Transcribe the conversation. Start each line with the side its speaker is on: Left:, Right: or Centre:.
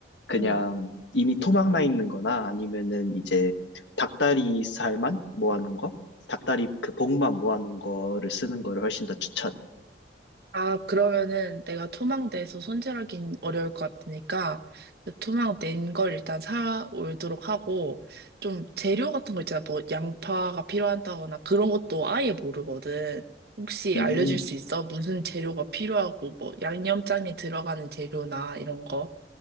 Left: 그냥
Right: 응.
Left: 이미 토막 나 있는 거나 아니면은 이제 닭다리 살만 모아놓은 거? 닭다리 그 복만 모아놓은 거를 쓰는 거를 훨씬 더 추천.
Right: 아, 그러면은 내가 토막내서 손질하긴 어려울 것 같으니까 그 토막낸 걸 일단 사 오도록 하고 좀 재료 같은 거 있잖아. 뭐 양파가 필요하다거나 그런 것도 아예 모르거든. 혹시
Left: 음.
Right: 알려줄 수 있어? 무슨 재료가 필요하고 뭐 양념장에 들어가는 재료나 이런 거?